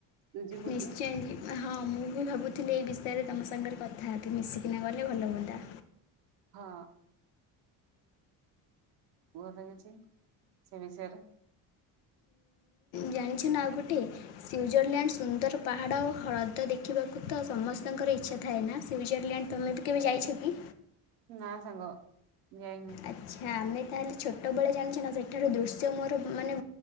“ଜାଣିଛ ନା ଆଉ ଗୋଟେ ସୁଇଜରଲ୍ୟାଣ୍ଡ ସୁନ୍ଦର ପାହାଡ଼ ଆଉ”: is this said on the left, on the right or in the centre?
Left